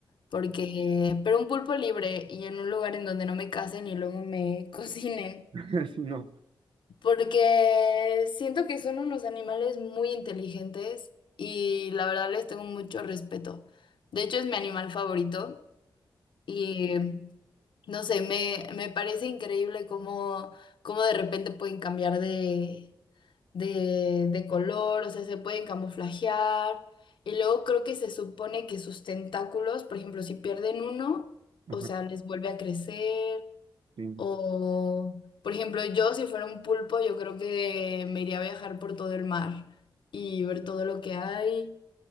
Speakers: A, on the left; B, on the right.
A: porque, pero un pulpo libre y en un lugar en donde no me casen y luego me <laughs> cocinen.
B: <laughs> Sí, No.
A: porque siento que son unos animales muy inteligentes y la verdad les tengo mucho respeto. De hecho, es mi animal favorito y no sé, me, me parece increíble cómo, cómo de repente pueden cambiar de, de, de color, o sea, se pueden camuflajear. Y luego creo que se supone que sus tentáculos, por ejemplo, si pierden uno,
B: Ajá,
A: o sea, les vuelve a crecer.
B: sí.
A: O, por ejemplo, yo si fuera un pulpo, yo creo que me iría a viajar por todo el mar y ver todo lo que hay